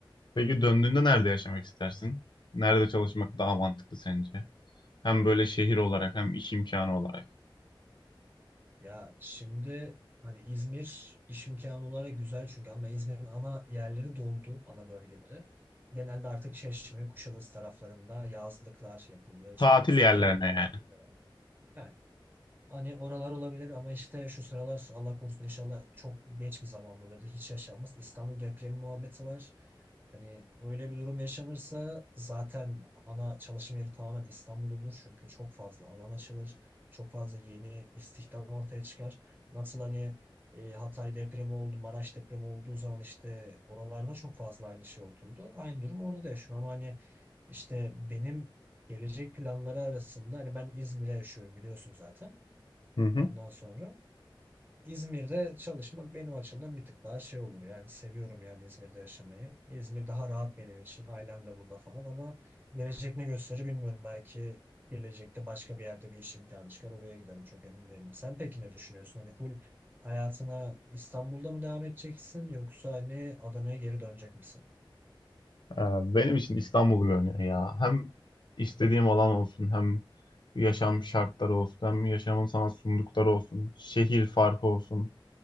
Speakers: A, on the left; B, on the right.
A: Peki döndüğünde nerede yaşamak istersin? Nerede çalışmak daha mantıklı sence? Hem böyle şehir olarak hem iş imkanı olarak.
B: Ya şimdi hani İzmir iş imkanı olarak güzel çünkü ama İzmir'in ana yerleri doldu, ana bölgeleri. Genelde artık Çeşme, Kuşadası taraflarında yazlıklar yapılıyor. İşte
A: Tatil
B: müstakil
A: yerlerine
B: evler,
A: yani.
B: villalar. Heh, Hani oralar olabilir ama işte şu sıralar Allah korusun inşallah çok geç bir zamanda olur. Hiç yaşanmaz. İstanbul depremi muhabbeti var. Hani öyle bir durum yaşanırsa zaten ana çalışma yeri tamamen İstanbul olur. Çünkü çok fazla alan açılır. Çok fazla yeni istihdam ortaya çıkar. Nasıl hani e, Hatay depremi oldu, Maraş depremi olduğu zaman işte oralarda çok fazla aynı şey oldu. Aynı durum orada da yaşanıyor ama hani işte benim gelecek planları arasında hani ben İzmir'e yaşıyorum biliyorsun zaten.
A: Hı hı.
B: Ondan sonra İzmir'de çalışmak benim açımdan bir tık daha şey olur. Yani seviyorum yani İzmir'de yaşamayı. İzmir daha rahat benim için. Ailem de burada falan ama gelecek ne gösterir bilmiyorum. Belki gelecekte başka bir yerde bir iş imkanı çıkar. Oraya giderim çok emin değilim. Sen peki ne düşünüyorsun? Hani full hayatına İstanbul'da mı devam edeceksin yoksa hani Adana'ya geri dönecek misin?
A: Ee, Benim için İstanbul görünüyor ya. Hem istediğim alan olsun hem yaşam şartları olsun hem yaşamın sana sundukları olsun. Şehir farkı olsun.